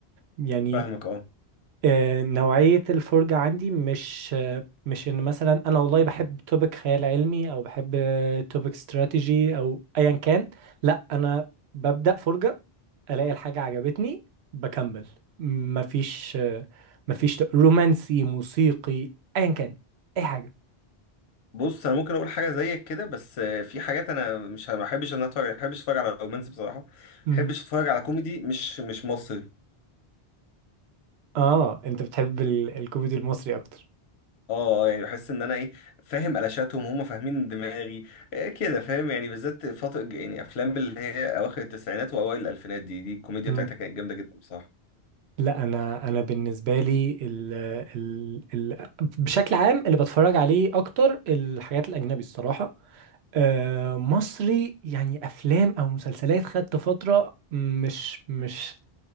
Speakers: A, on the right; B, on the left.
A: يعني
B: فاهمك اه
A: آه، نوعية الفرجة عندي مش آه، مش ان مثلا انا والله بحب توبيك خيال علمي او بحب توبيك استراتيجي او ايا كان لا انا ببدأ فرجة الاقي الحاجة عجبتني بكمل مفيش آه، مفيش ت- رومانسي موسيقي ايا كان اي حاجة
B: بص انا ممكن اقول حاجه زيك كده بس آه، في حاجات انا مش ما بحبش ان أنا اتفرج عليها ما بحبش اتفرج على رومانسي بصراحه ما
A: مم.
B: بحبش اتفرج على كوميدي مش مش مصري
A: اه انت بتحب ال- الكوميدي المصري اكتر
B: اه آه، يعني بحس ان انا ايه فاهم قلاشاتهم هم فاهمين دماغي آه، كده فاهم يعني بالذات فتره يعني افلام اللي هي اواخر التسعينات واوائل الالفينات دي دي الكوميديا
A: مم.
B: بتاعتها كانت جامده جدا بصراحه
A: لا انا انا بالنسبه لي ال ال ال بشكل عام اللي بتفرج عليه اكتر الحاجات الاجنبي الصراحه آه، مصري يعني افلام او مسلسلات خدت فتره مش مش